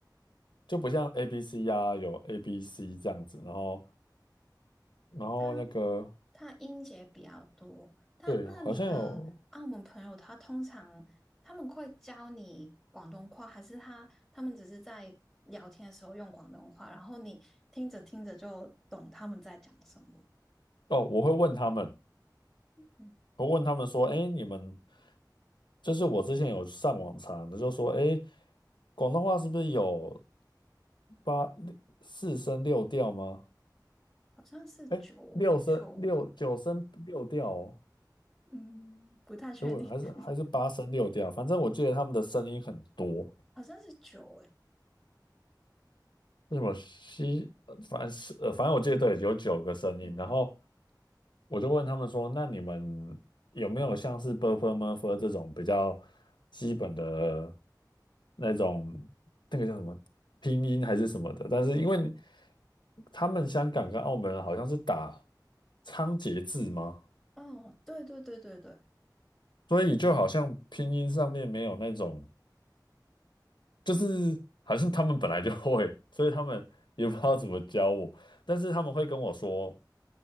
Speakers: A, on the left; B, in the centre.
A: 就不像 A B C 呀、有 A B C 这样子，然后然后那个
B: 他他音节比较多。他那你的澳门朋友，
A: 对，好像有
B: 他通常他们会教你广东话，还是他他们只是在聊天的时候用广东话，然后你听着听着就懂他们在讲什么？
A: 哦，我会问他们，
B: 嗯，
A: 我问他们说，哎，你们就是我之前有上网查的，就说，哎，广东话是不是有八六四声六调吗？
B: 好像是九九。
A: 哎，六声六九声六调哦，
B: 嗯，不太确定，
A: 如果还是还是八声六调，
B: <laughs>
A: 反正我记得他们的声音很多，
B: 好像是酒诶。
A: 是什么西，呃反正是呃，反正我记得对，有九个声音。
B: 对，
A: 然后我就问他们说：“那你们有没有像是 buffer murphy 这种比较基本的那种那个叫什么拼音还是什么的？但是因为你他们香港跟澳门人好像是打仓颉字吗？
B: 哦，对对对对对
A: 所以就好像拼音上面没有那种，
B: 对，
A: 就是好像他们本来就会，
B: 嗯
A: 所以他们也不知道怎么教我。但是他们会跟我说。”